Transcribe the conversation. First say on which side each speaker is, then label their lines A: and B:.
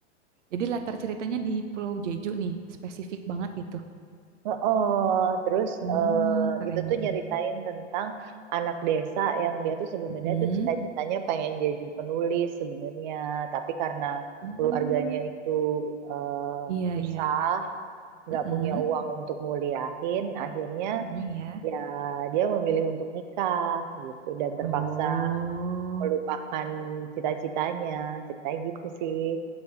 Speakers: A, on the right; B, on the right.
A: Jadi latar ceritanya di Pulau Jeju nih, spesifik banget gitu.
B: oh terus
A: Oh,
B: eh,
A: keren
B: itu tuh
A: keren.
B: nyeritain tentang anak desa yang dia tuh sebenarnya
A: Mm-mm.
B: tuh cita-citanya pengen jadi penulis sebenarnya, tapi karena
A: Oh,
B: keluarganya itu eh,
A: iya
B: susah,
A: iya.
B: nggak
A: Heeh.
B: punya uang untuk nguliahin, akhirnya
A: Heeh, iya.
B: ya dia memilih untuk nikah gitu dan terpaksa
A: Oh,
B: melupakan cita-citanya ceritanya gitu sih